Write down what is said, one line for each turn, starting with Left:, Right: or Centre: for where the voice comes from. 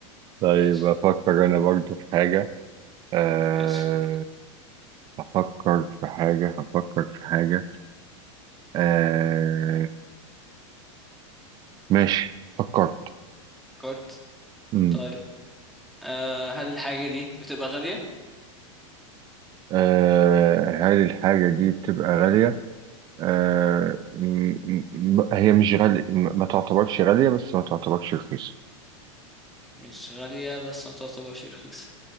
Right: طيب
Centre: <laughs> ماشي
Right: أفكر أنا برضو في حاجة أه
Centre: ماشي يلا
Right: أفكر في حاجة هفكر في حاجة أه ماشي فكرت
Centre: كارت
Right: مم.
Centre: طيب آه هل الحاجة دي بتبقى غالية؟
Right: أه هل الحاجة دي بتبقى غالية؟ أه م- م- هي مش غالية م- ما تعتبرش غالية بس ما تعتبرش رخيصة
Centre: مش غالية بس ما تعتبرش رخيصة